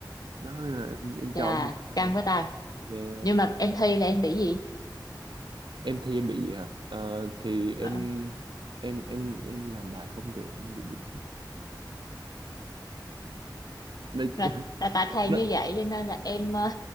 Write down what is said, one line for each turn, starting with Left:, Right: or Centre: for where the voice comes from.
Right: đó nên là em, em cho
Left: Chà.
Right: một sao
Left: Căng quá ta.
Right: yeah.
Left: nhưng mà em thi là em bị gì
Right: em thấy em bị gì hả Ờ, thì em
Left: Ờ,
Right: em em em làm bài không được em bị điểm thấp Nói chứ-
Left: là,
Right: <laughs>
Left: là tại thầy
Right: nó,
Left: như vậy cho nên là em ờ,